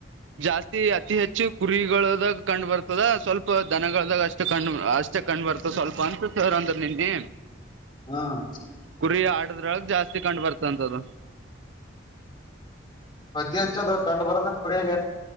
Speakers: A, on the right (about 70°); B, on the left (about 25°).
A: ಜಾಸ್ತಿ ಅತಿ ಹೆಚ್ಚು ಕುರಿಗಳದಾಗ ಕಂಡ್ ಬರ್ತದ ಸ್ವಲ್ಪ ದನಗಳದಾಗ ಅಷ್ಟೇ ಕಂಡ್ ಅಷ್ಟೇ ಕಂಡ್ ಬರ್ತದ ಸ್ವಲ್ಪ ಅಂತ ಸರ್ ಅಂದ್ರೆ ನಿನ್ನೆ
B: ಹ್ಮ್
A: ಕುರಿ ಆಡದ್ರೊಳಗ್ ಜಾಸ್ತಿ ಕಂಡ್ ಬರ್ತಂತದು
B: ಅತ್ತ ಅಚ್ಚ ಕಂಡು ಬರೋದ ಕುರಗ